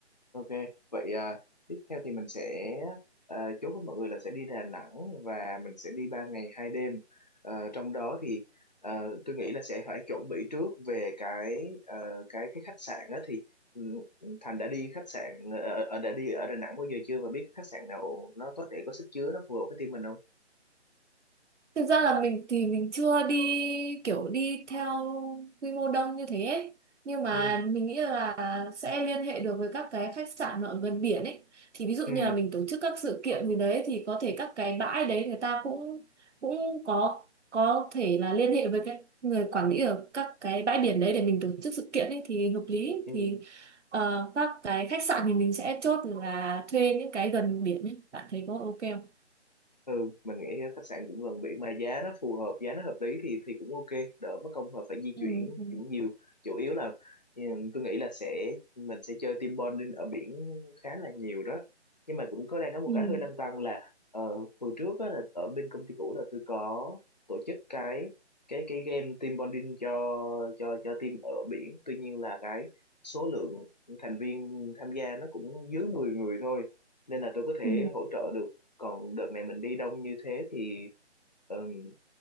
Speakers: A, on the left; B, on the right.
A: ok. Vậy à, tiếp theo thì mình sẽ à, chốt với mọi người là sẽ đi Đà Nẵng và mình sẽ đi 3 ngày hai đêm. Ờ, trong đó thì ờ, tôi nghĩ là sẽ phải chuẩn bị trước về cái ờ, cái cái khách sạn đó thì ừ, Thành đã đi khách sạn ở, ở đã đi ở Đà Nẵng bao giờ chưa và biết cái khách sạn nào nó có thể có sức chứa nó phù hợp với team mình không?
B: Thực ra là mình thì mình chưa đi kiểu đi theo quy mô đông như thế ấy. Nhưng mà
A: Ừ,
B: mình nghĩ là sẽ liên hệ được với các cái khách sạn mà ở gần biển ấy. Thì ví dụ
A: ừ,
B: như là mình tổ chức các sự kiện gì đấy thì có thể các cái bãi đấy người ta cũng cũng có có thể là liên hệ với cái người quản lý ở các cái bãi biển đấy để mình tổ chức sự kiện ấy thì hợp lý.
A: ừ.
B: Thì ờ, các cái khách sạn thì mình sẽ chốt là thuê những cái gần biển ấy. Bạn thấy có ok không?
A: ừ mình nghĩ thì khách sạn cũng gần biển mà giá nó phù hợp giá nó hợp lý thì thì cũng ok đỡ mất công mà phải di
B: Ừ.
A: chuyển
B: Ừ.
A: cũng nhiều chủ yếu là ừ, tôi nghĩ là sẽ mình sẽ chơi team bonding ở biển khá là nhiều đó nhưng mà cũng có đang có một
B: Ừ.
A: cái hơi lăn tăn là ờ, hồi trước á, là ở bên công ty cũ là tôi có tổ chức cái cái cái game team bonding cho cho cho team ở biển tuy nhiên là cái số lượng thành viên tham gia nó cũng dưới 10 người thôi nên là tôi có thể
B: Ừ.
A: hỗ trợ được còn đợt này mình đi đông như thế thì ừm,